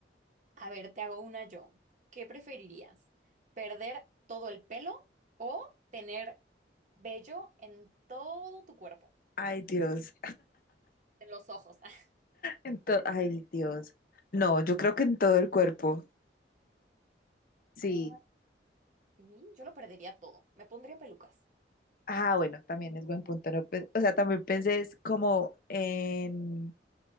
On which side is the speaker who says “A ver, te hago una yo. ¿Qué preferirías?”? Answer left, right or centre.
Right